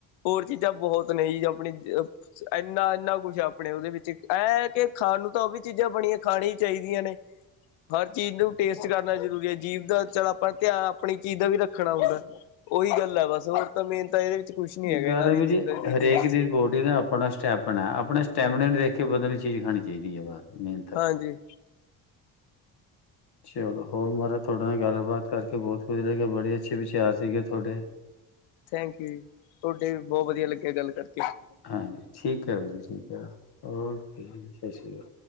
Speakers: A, on the left; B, on the left.
A: ਹੋਰ ਚੀਜ਼ਾਂ ਬਹੁਤ ਨੇ ਜੀ ਆਪਣੀ ਇੰਨਾ ਇੰਨਾ ਕੁਛ ਆਪਣੇ ਉਹਦੇ ਵਿੱਚ, ਐ ਹੈ ਕਿ ਖਾਣ ਨੂੰ ਤਾਂ ਉਹ ਵੀ ਚੀਜ਼ਾਂ ਬਣੀਆਂ ਖਾਣ ਹੀ ਚਾਹੀਦੀਆਂ ਨੇ ਹਰ ਚੀਜ਼ ਨੂੰ ਟੇਸਟ ਕਰਨਾ ਜ਼ਰੂਰੀ ਹੈ ਜੀਭ ਦਾ ਚੱਲ ਆਪਾਂ ਧਿਆਨ ਆਪਣੀ ਚੀਜ਼ ਦਾ ਵੀ ਰੱਖਣਾ ਹੁੰਦਾ ਉਹੀ ਗੱਲ ਹੈ, ਬਸ ਹੋਰ ਤਾਂ ਮੇਨ ਤਾਂ ਇਹਦੇ ਵਿੱਚ ਕੁਛ ਨੀ ਹੈਗਾ
B: ਗਰਮੀ
A: ਇਹਨਾਂ ਦੀ ਜ਼ਿੰਦਗੀ
B: ਚ
A: ਜ਼ਿੰਦਗੀ
B: ਹਰ ਏਕ
A: ਚ
B: ਦੀ ਰਿਪੋਰਟ ਜਿਵੇ ਆਪਣਾ ਸਟੈਪਨਾ ਆਪਣਾ ਸਟੈਮਨਾ ਨੂੰ ਵੇਖ ਕੇ ਬੰਦੇ ਨੂੰ ਚੀਜ਼ ਖਾਣੀ ਚਾਈਦੀ ਐ ਬਸ ਮੇਨ ਤਾਂ
A: ਹਾਂਜੀ।
B: ਚਲੋ ਹੋਰ ਮਹਾਰਾਜ ਤੁਆਡੇ ਨਾਲ ਗੱਲਬਾਤ ਕਰਕੇ ਬੋਤ ਖੁਸ਼ ਲਗੀਆਂ ਬੜੇ ਅੱਛੇ ਵਿਚਾਰ ਸੀਗੇ ਤੋਡੇ
A: ਥੈਂਕ ਯੂ ਤੁਆਡੇ ਵੀ ਬੋਤ ਵਧੀਆ ਲੱਗੇ ਗੱਲ ਕਰਕੇ
B: ਹਾਂਜੀ ਠੀਕ ਆ ਵੀਰ ਜੀ ਠੀਕ ਆ ਓਕੇ ਜੀ ਸਾਸ ਸ਼੍ਰੀ ਕਾਲ।